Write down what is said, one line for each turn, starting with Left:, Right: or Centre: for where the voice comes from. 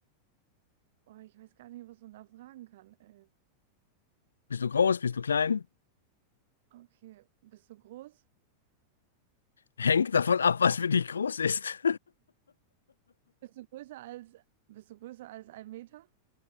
Right: oh, ich weiß gar nicht, was man da fragen kann, ey.
Left: Bist du groß, bist du klein?
Right: Okay. Bist du groß?
Left: Hängt davon ab, was für dich groß ist.
Right: Bist du größer als, bist du größer als ein Meter?